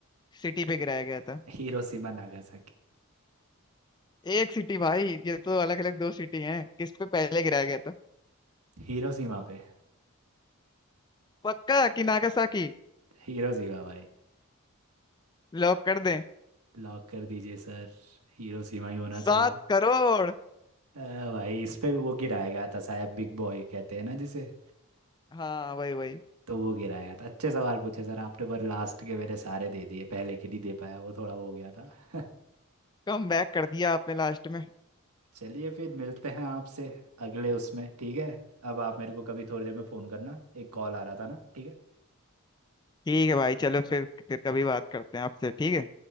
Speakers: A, on the left; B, on the right.
A: सिटी पे गिराया गया था
B: Hiroshima Nagasaki
A: एक सिटी भाई ये तो अलग अलग दो सिटी हैं किस पे पहले गिराया गया था
B: हिरोशिमा पे
A: पक्का कि नागासाकी
B: हिरोशिमा भाई
A: लॉक कर दें
B: लॉक कर दीजिए सर हिरोशिमा ही होना चाहिए
A: सात करोड़
B: अ, भाई इस पे भी वो गिराएगा था साहब बिग बॉय कहते हैं ना जिसे
A: हाँ वही वही
B: तो वो गिराएगा था अच्छे सवाल पूछे सर आपने पर लास्ट के मेरे सारे दे दिए पहले के नहीं दे पाया वो थोड़ा वो हो गया था <laughs>
A: कम बैक कर दिया आपने लास्ट में
B: चलिए फिर मिलते हैं आपसे अगले उसमें ठीक है अब आप मेरे को कभी थोड़ी देर में फ़ोन करना एक कॉल आ रहा था ना ठीक है
A: ठीक है भाई चलो फिर फिर कभी बात करते हैं आपसे ठीक है